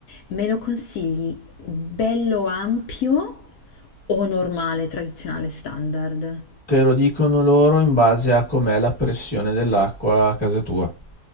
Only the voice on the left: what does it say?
Me lo consigli bello ampio o normale, tradizionale, standard?